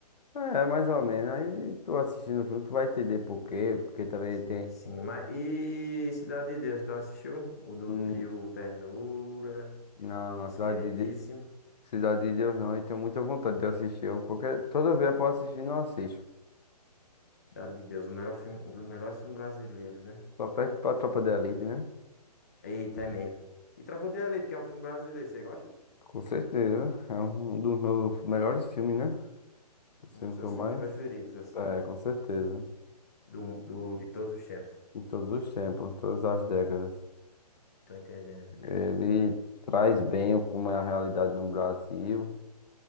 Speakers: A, on the left; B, on the left.
A: É, mais ou menos. Aí tu assistindo o filme, tu vai entender por quê. Porque também
B: Sim,
A: tem
B: sim. Mas e Cidade de Deus, tu assistiu? O do
A: hum,
B: trio Ternura,
A: na,
B: nosso
A: na cidade
B: queridíssimo.
A: de, De- Cidade de Deus, não. E tenho muita vontade de assistir. Eu, qualquer, toda vez eu posso assistir, não assisto.
B: Cidade de Deus, o melhor filme, um dos melhores filmes brasileiros, né?
A: Só perto pra Tropa de Elite, né?
B: Eita, é mesmo. E Tropa de Elite, que é um filme brasileiro, você gosta?
A: Com certeza. É um dos meus melhores filmes, né? O
B: Um
A: filme
B: dos seus
A: que eu mais.
B: filmes preferidos, assim,
A: É, com certeza.
B: do, do, de todos os tempos.
A: Em todos os tempos, todas as décadas.
B: Tô entendendo.
A: Ele traz bem o como é a realidade no Brasil